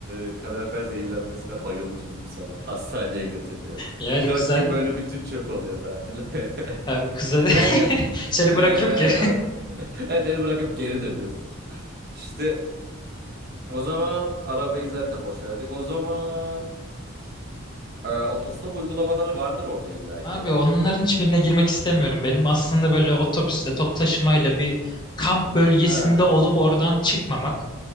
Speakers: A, on the right; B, on the left.
A: e, kalorifer zehirlenmesine bayılmışım dün sabah. Hastaneye götürülüyor.
B: Yani
A: Dört
B: kıza
A: gün böyle bütün çöp oluyor tatil. <laughs>
B: abi kıza
A: Yani
B: <laughs> seni
A: e,
B: bırakırım ki.
A: evet, ara- <laughs> evet beni bırakıp geri dönüyorsunuz. İşte o zaman arabayı zaten boşardık. O zaman e, otostop uygulamaları vardır orada
B: <laughs>
A: illaki
B: Abi
A: ya.
B: onların hiçbirine girmek istemiyorum. Benim aslında böyle otobüsle, top taşımayla bir kamp bölgesinde
A: Ha.
B: olup oradan çıkmamak.